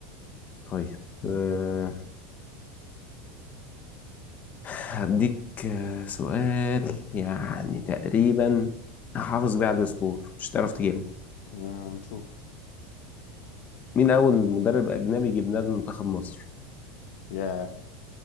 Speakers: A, on the left; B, on the left.
A: طيب أه... هديك آه، سؤال يعني تقريبا هحافظ بيه على السكور مش هتعرف تجاوب
B: آه، نشوف
A: مين أول مدرب أجنبي جبناه لمنتخب مصر؟
B: ياه